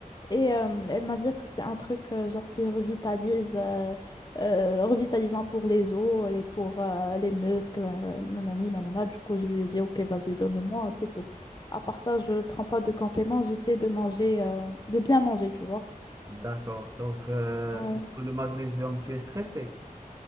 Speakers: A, on the left; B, on the right.
A: Et euh, elle m'a dit que c'est un truc euh, genre qui revitalise, euh, euh, revitalisant pour les os et pour euh, les muscles. euh, nanani, nanana. Du coup, je lui ai dit, OK, vas-y, donne-le-moi, c'est tout. À part ça, je prends pas de compléments J'essaie de manger, euh, de bien manger, tu vois.
B: D'accord, donc euh,
A: Ouais.
B: tu prends le magnésium, tu es stressé.